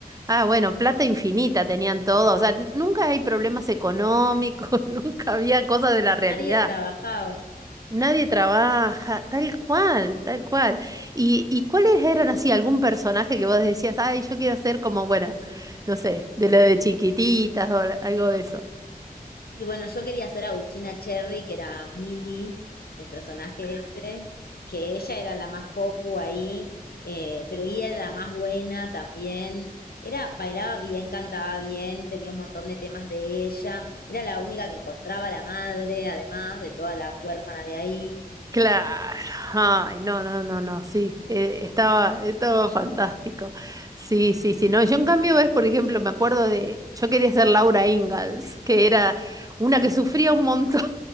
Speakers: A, on the right; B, on the left.
A: ah, bueno, plata infinita tenían todos, o sea, n- nunca hay problemas económicos, <laughs> nunca había cosas de la realidad,
B: nadie trabajaba.
A: nadie trabaja, tal cual, tal cual. ¿Y, y cuáles eran así algún personaje que vos decías, ay, yo quiero ser como, bueno, no sé, de lo de chiquititas o algo de eso?
B: Y bueno, yo quería hacer a Agustina Cherry, que era Millie, el personaje ese, que ella era la más popu ahí, eh, pero ella era la más buena también. Era, bailaba bien, cantaba bien, tenía un montón de temas de ella. Era la única que encontraba a la madre, además de todas las huérfanas de ahí.
A: Claro, ay, no, no, no, no, sí, eh, estaba, estaba fantástico. Sí, sí, sí, no, yo en cambio, ves, por ejemplo, me acuerdo de, yo quería ser Laura Ingalls, que era una que sufría un montón,